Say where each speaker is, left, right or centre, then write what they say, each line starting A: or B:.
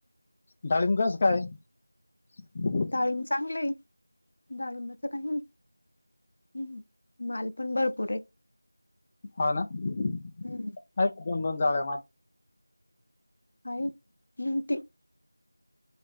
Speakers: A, on the left; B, on the left.
A: डाळींब कस काय ये.
B: डाळींब चांगलय डाळींब. काही्, हम्म माल पण भरपूर आहे.
A: हाना हयात
B: हम्म
A: काय दोन दोन जाळ्या.
B: हायत ग्रीन टी